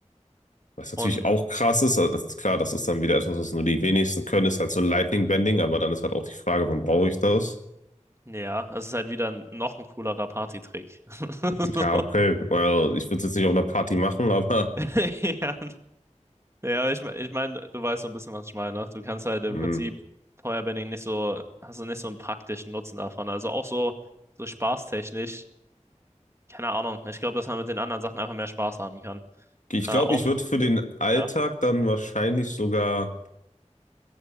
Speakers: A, on the left; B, on the right.
A: Was natürlich
B: Und
A: auch krass ist, aber das ist klar, das ist dann wieder etwas, was nur die wenigsten können, ist halt so Lightning Bending, aber dann ist halt auch die Frage, wann brauche ich das?
B: ja, es ist halt wieder noch ein coolerer Partytrick. <laughs>
A: Ja, okay, well, ich würde es jetzt nicht auf einer Party machen, <laughs> aber
B: <laughs> Ja, ja, aber ich, me- ich meine, du weißt so ein bisschen, was ich meine. ne? Du kannst halt im
A: hm.
B: Prinzip Feuerbending nicht so, hast du nicht so einen praktischen Nutzen davon. Also auch so, so spaßtechnisch, keine Ahnung. Ich glaube, dass man mit den anderen Sachen einfach mehr Spaß haben kann.
A: Ich
B: Äh,
A: glaube,
B: auch,
A: ich würde für den Alltag
B: ja,
A: dann wahrscheinlich sogar,